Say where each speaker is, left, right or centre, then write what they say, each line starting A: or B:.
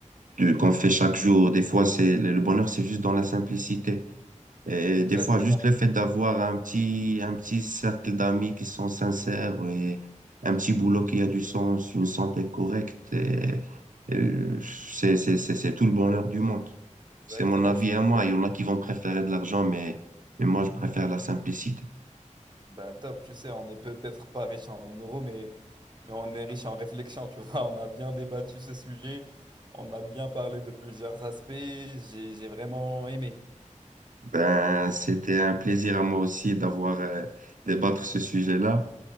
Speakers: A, on the right; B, on the right.
A: de- qu'on fait chaque jour. Des fois, c'est, le le bonheur, c'est juste dans la simplicité. Et
B: Exactement,
A: des fois, juste le fait d'avoir un petit, un petit cercle d'amis qui sont sincères et un petit boulot qui a du sens, une santé correcte, et- et c'est, c'est, c'est, c'est tout le bonheur du monde.
B: exactement.
A: C'est mon avis
B: tu-
A: à moi. Il y en a qui vont préférer de l'argent, mais, mais moi, je préfère la simplicité.
B: Bah top, tu sais, on n'est peut-être pas riche en euros, mais, mais on est riche en réflexion, tu vois, <laughs> on a bien débattu ce sujet, on a bien parlé de plusieurs aspects, j'ai j'ai vraiment aimé.
A: Ben, c'était un plaisir à moi aussi d'avoir, euh, débattre ce sujet-là.